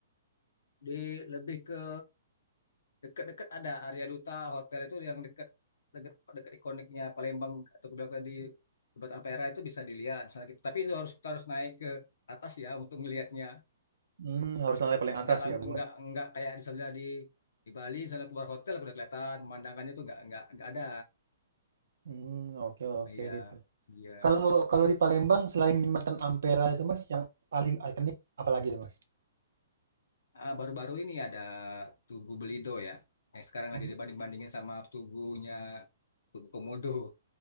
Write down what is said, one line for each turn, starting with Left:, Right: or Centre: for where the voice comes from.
Left: di lebih ke dekat-dekat ada Arya Duta Hotel itu yang dekat dekat dekat ikoniknya Palembang atau kuda tadi Jembatan Ampera itu bisa dilihat. Misalnya, gitu. tapi itu harus kita harus naik ke atas ya untuk melihatnya.
Right: Mmm, harus lantai paling atas
Left: nggak lang-
Right: ya buat
Left: nggak nggak kayak di sebelah di di Bali misalnya keluar hotel udah kelihatan pemandangannya tuh nggak nggak nggak ada
Right: mmm, oke
Left: Nah,
Right: oke
Left: iya
Right: gitu.
Left: iya
Right: Kalau kalau di Palembang selain jembatan Ampera itu, Mas, yang paling ikonik apalagi tuh, Mas?
Left: Ah, baru-baru ini ada Tugu Belido ya yang sekarang
Right: Tugu
Left: lagi dibanding-bandingin sama tugunya Tugu Komodo